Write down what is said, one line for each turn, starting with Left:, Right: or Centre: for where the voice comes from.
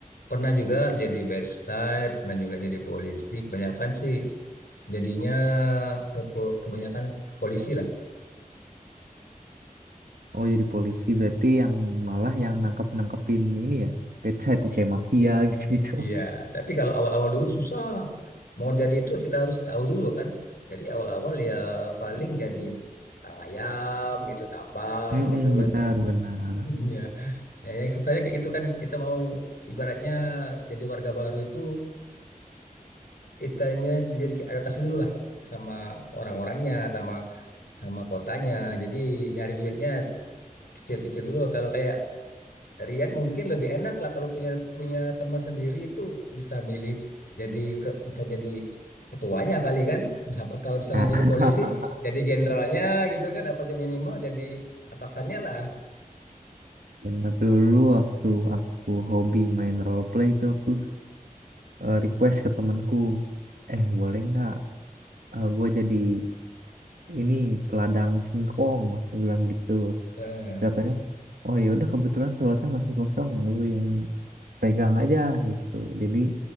Left: pernah juga jadi bedside pernah juga jadi polisi kebanyakan sih jadinya ke kebanyakan ke polisi lah
Right: Oh, jadi polisi berarti yang malah yang nangkep-nangkepin ini ya. Bedside ya, kayak mafia <laughs> gitu-gitu.
Left: iya tapi kalau awal-awal dulu susah mau jadi itu kita harus tahu dulu kan jadi awal-awal ya paling jadi kang ayam gitu tambang
Right: Mm-mm,
Left: gitu
Right: benar,
Left: kan
Right: benar.
Left: <laughs> Iya. Ya, yang susahnya kayak gitu kan kita mau ibaratnya jadi warga baru itu kitanya jadi adaptasi dulu lah sama orang-orangnya sama sama kotanya. Jadi nyari duitnya kecil-kecil dulu. Kalau kayak Rian mungkin lebih enak lah kalau punya punya teman sendiri itu bisa milih jadi ke- bisa jadi ketuanya kali kan. Misal- Kalau misalnya
Right: Nah,
Left: jadi polisi
Right: <laughs>
Left: jadi jenderalnya gitu kan apa aja minimal jadi atasannya lah.
Right: Benar dulu waktu aku hobi main role play itu aku eh, request ke temanku, eh boleh nggak eh gue jadi ini peladang singkong aku bilang gitu
Left: Eh,
Right: Terus katanya oh ya udah kebetulan slotnya masih kosong lu yang pegang aja gitu jadi